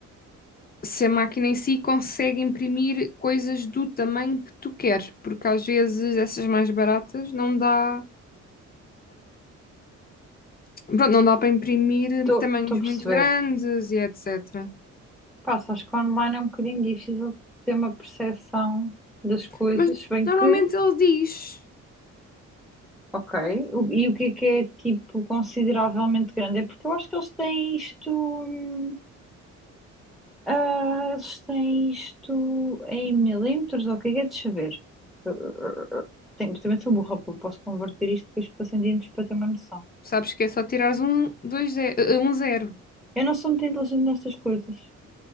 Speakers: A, on the left (about 30°); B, in the centre.
A: se a máquina em si consegue imprimir coisas do tamanho que tu queres, porque às vezes essas mais baratas não dá, pronto, não dá para imprimir
B: Estou
A: tamanhos
B: estou a
A: muito
B: perceber.
A: grandes e etc.
B: Pá, acho que online é um bocadinho difícil ter uma percepção das coisas,
A: Mas
B: se bem
A: normalmente
B: que,
A: ele diz,
B: ok, o- e o que é que é, tipo, consideravelmente grande? É porque eu acho que eles têm isto, hum, ah, eles têm isto em milímetros, ou o que é que é, deixa eu ver. Ah, ah, ah, ah. Tenho- também sou burra, pô, posso converter isto depois para centímetros para ter uma noção.
A: sabes que é só tirares um, dois, ze- eh, um zero.
B: Eu não sou muito inteligente nestas coisas,